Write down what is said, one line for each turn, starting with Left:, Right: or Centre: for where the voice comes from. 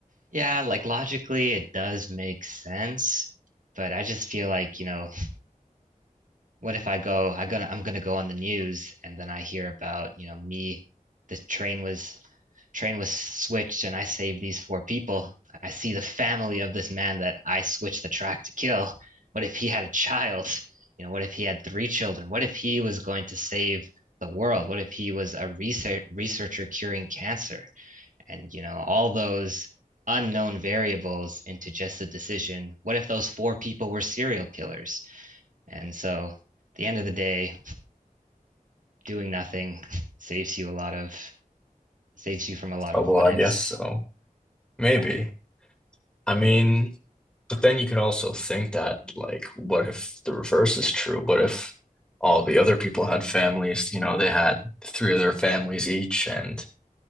Right: Yeah, like logically, it does make sense. But I just feel like, you know, what if I go, I gonna, I'm gonna go on the news and then I hear about, you know, me, the train was train was switched and I saved these four people. I see the family of this man that I switched the track to kill. What if he had a child? You know, what if he had three children? What if he was going to save the world? What if he was a research researcher curing cancer? And, you know, all those unknown variables into just the decision. What if those four people were serial killers? And so, at the end of the day, doing nothing saves you a lot of saves you from a lot
Centre: Oh,
Right: of
Centre: well,
Right: what
Centre: I
Right: ifs.
Centre: guess so. Maybe.
Right: Yeah,
Centre: I mean, but then you could also think that, like, what if the reverse is true? What if all the other people had families, you know, they had three of their families each, and,